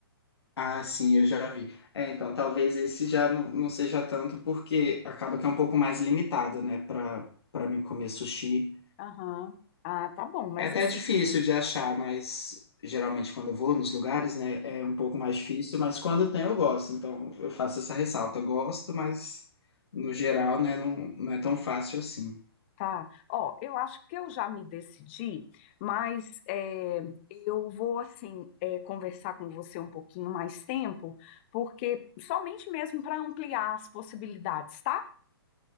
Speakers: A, on the left; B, on the left.
A: Ah, sim, eu já vi. É, então, talvez esse já não, não seja tanto, porque acaba que é um pouco mais limitado, né, pra, pra mim comer sushi.
B: Aham. Ah, tá bom, mas
A: É até
B: assim.
A: difícil de achar, mas geralmente quando eu vou nos lugares, né, é um pouco mais difícil, mas quando tem eu gosto, então eu faço essa ressalta. Eu gosto, mas no geral, né, não, não é tão fácil assim.
B: Tá. Ó, eu acho que eu já me decidi, mas é, eu vou, assim, é, conversar com você um pouquinho mais tempo, porque somente mesmo para ampliar as possibilidades, tá?